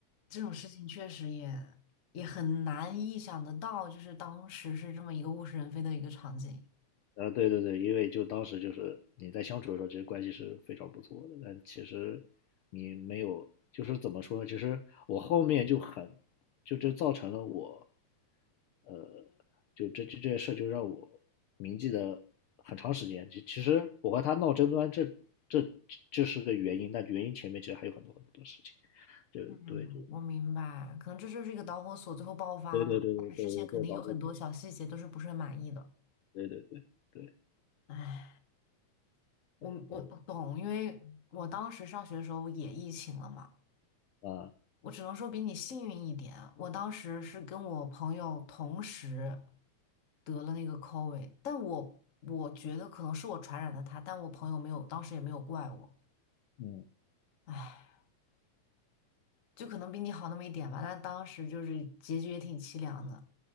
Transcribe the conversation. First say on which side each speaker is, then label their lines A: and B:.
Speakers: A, on the left; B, on the left.
A: 这种事情确实也也很难意想得到，就是当时是这么一个物是人非的一个场景。
B: 啊，对对对，因为就当时就是你在相处的时候，其实关系是非常不错的，但其实你没有，就是怎么说呢？其实我后面就很，就这造成了我，呃，就这这这件事就让我铭记的很长时间。其其实我和他闹争端，这这这是个原因，但原因前面其实还有很多很多事情。就对，
A: 嗯，
B: 就
A: 我明白，可能这就是一个导火索，最后爆发了。
B: 对对对对对，
A: 但是之前肯定有很多小细节都是不是很满意的。
B: 这导致我对对对对，
A: 哎，我我我懂，
B: 嗯
A: 因为我当时上学的时候也疫情了嘛。
B: 啊
A: 我只能说比你幸运一点。我当时是跟我朋友同时得了那个 COVID，但我我觉得可能是我传染的他，但我朋友没有，当时也没有怪我。
B: 嗯，
A: 唉，就可能比你好那么一点吧，但当时就是结局也挺凄凉的。